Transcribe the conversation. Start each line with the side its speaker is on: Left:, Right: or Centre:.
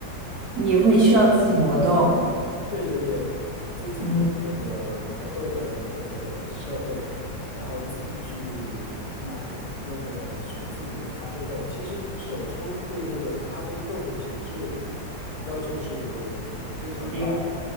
Right: 你会需要自己磨豆，
Left: 对对对，自己有那个磨豆的那个设备，
Right: 嗯，
Left: 然后自己去买那个选自己的咖啡豆。其实手冲对那个咖啡豆的品质要求是非常高的，
Right: 这个